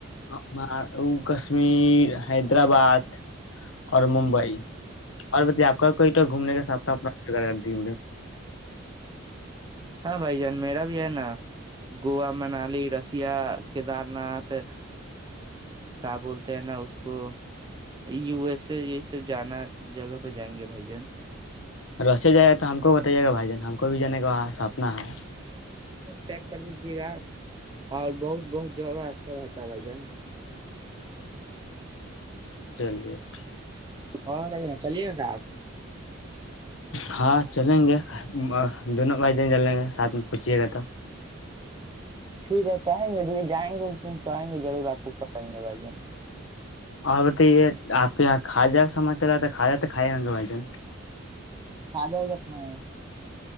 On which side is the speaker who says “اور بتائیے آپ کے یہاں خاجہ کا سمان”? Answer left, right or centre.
Left